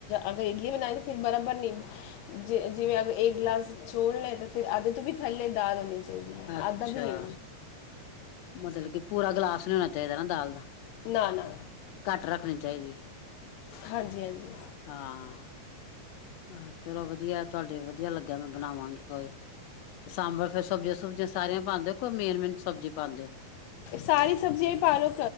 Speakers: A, on the left; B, on the left.
A: ਅਗਰ ਇਡਲੀ ਬਣਾਈ ਤਾਂ ਫਿਰ ਬਰਾਬਰ ਨੀ। ਜੇ ਜਿਵੇਂ ਅਗਰ ਇੱਕ ਗਿਲਾਸ ਚੋਲ ਲਏ ਤਾਂ ਫਿਰ ਅੱਧੇ ਤੋਂ ਵੀ ਥੱਲੇ ਦਾਲ ਹੋਣੀ, ਚਾਹੀਦੀ ਆ
B: ਅੱਛਾ
A: ਅੱਧਾ ਵੀ ਨੀ,
B: ਮਤਲਬ ਕਿ ਪੂਰਾ ਗਿਲਾਸ ਨਹੀਂ ਹੋਣਾ ਚਾਹੀਦਾ ਨਾ ਦਾਲ ਦਾ।
A: ਨਾ-ਨਾ,
B: ਘੱਟ ਰੱਖਣੀ ਚਾਹੀਦੀ।
A: ਹਾਂਜੀ-ਹਾਂਜੀ,
B: ਹਾਂ, ਹਾਂ, ਚਲੋ ਵਧੀਆ ਤੁਹਾਡੇ ਵਧੀਆ ਲੱਗਿਆ ਮੈਂ ਬਣਾਵਾਂਗੀ ਕੋਈ ਸਾਂਬਰ ਫਿਰ ਸਬਜ਼ੀਆਂ ਸੁਬਜ਼ੀਆਂ ਸਾਰੀਆਂ ਪਾਂਦੇ ਓ ਕੇ ਮੇਨ-ਮੇਨ ਸਬਜ਼ੀ ਪਾਂਦੇ ਓ।
A: ਸਾਰੀ ਸਬਜ਼ੀਆਂ ਵੀ ਪਾ ਲੋ